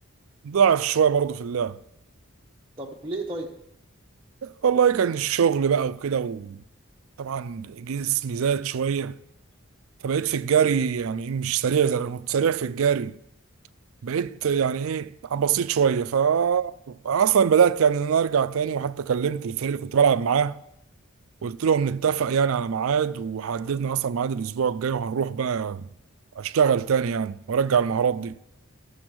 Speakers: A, on the right (about 75°); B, on the right (about 20°).
A: ضعف شويه برضه في اللعب
B: طب ليه طيب
A: والله كان الشغل بقى وكده وطبعا جسمي زاد شويه فبقيت في الجري يعني مش سريع زي انا كنت سريع في الجري بقيت يعني ايه بسيط شويه ف اصلا بدات يعني ان انا ارجع تاني وحتى كلمت الفريق اللي كنت بلعب معاه قلت لهم نتفق يعني على ميعاد وحددنا اصلا ميعاد الاسبوع الجاي وهنروح بقى اشتغل تاني يعني وارجع المهارات دي